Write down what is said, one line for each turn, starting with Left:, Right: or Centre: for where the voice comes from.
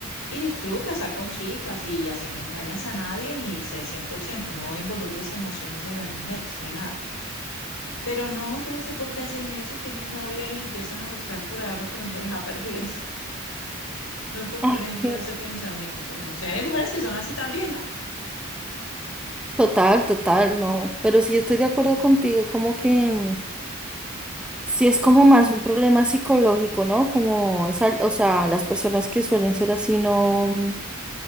Left: Y disfruta, sal con chicas y así no engañas a nadie ni sé 100% no involucres emociones en las mujeres ni nada. Pero no, yo no sé por qué hacen eso, tienen novia y empiezan a buscar por allá lo que no se les ha perdido. <laughs> No comprendo
Centre: Ah, sí.
Left: ese pensamiento, no sé, hay mujeres que son así también, ¿no?
Centre: Total, total, no. Pero sí estoy de acuerdo contigo, como que mm, sí es como más un problema psicológico, ¿no? Como es, al- o sea, las personas que suelen ser así no.